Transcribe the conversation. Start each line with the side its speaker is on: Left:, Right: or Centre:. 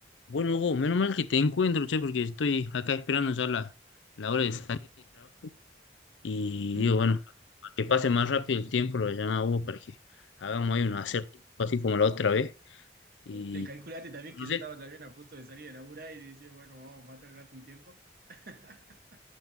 Left: Bueno, Hugo, menos mal que te encuentro, che, porque estoy acá esperando ya la, la hora de salir del trabajo. Y
Right: Mm.
Left: digo, bueno, para que pase más rápido el tiempo, lo voy a llamar a Hugo para que hagamos ahí un acertijo así como la otra vez. Y
Right: Le calculaste también que
Left: no
Right: yo
Left: sé,
Right: estaba también a punto de salir de laburar y decía, bueno, vamos a matar el rato un tiempo. <laughs>